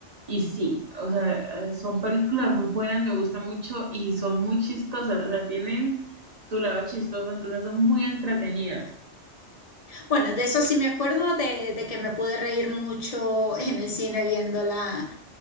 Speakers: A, on the right (about 35°); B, on the left (about 35°).
A: Y sí, o sea, eh, son películas muy buenas, me gustan mucho y son muy chistosas, o sea, tienen su lado chistoso, entonces son muy entretenidas.
B: Bueno, de eso sí me acuerdo, de, de que me pude reír mucho <laughs> en el cine viéndola